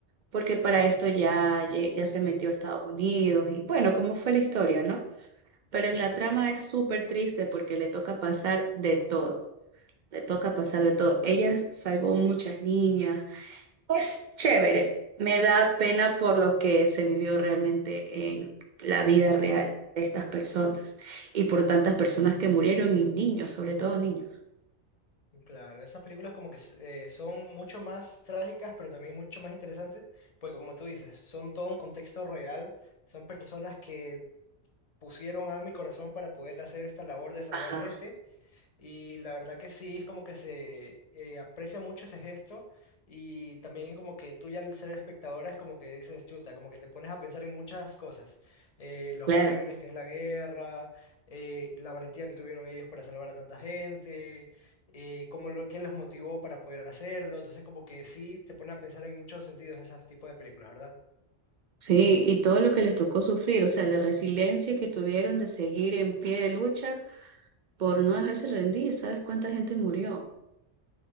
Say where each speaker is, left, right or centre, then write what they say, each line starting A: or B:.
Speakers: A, on the right; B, on the left.
A: porque para esto ya, ya, ya se metió a Estados Unidos y bueno, cómo fue la historia, ¿no? Pero
B: exacto.
A: en la trama es súper triste porque le toca pasar de todo. Le toca pasar de todo. Ella salvó muchas niñas es chévere. Me da pena por lo que se vivió realmente en la vida real de estas personas y por tantas personas que murieron y niños, sobre todo niños.
B: Claro, esas películas como que eh, son mucho más trágicas, pero también mucho más interesantes, pues como tú dices, son todo un contexto real, son personas que pusieron alma y corazón para poder hacer esta labor de salvar
A: Ajá,
B: gente y la verdad que sí, es como que se eh, aprecia mucho ese gesto y también como que tú ya al ser espectadora es como que dices, chuta, como que te pones a pensar en muchas cosas, eh, los
A: claro.
B: horribles que es la guerra, eh, la valentía que tuvieron ellos para salvar a tanta gente, eh, como lo que los motivó para poder hacerlo, entonces como que sí te pone a pensar en muchos sentidos esos tipos de películas, ¿verdad?
A: Sí, y todo lo que les tocó sufrir, o sea, la resiliencia que tuvieron de seguir en pie de lucha por no dejarse rendir. ¿Sabes cuánta gente murió?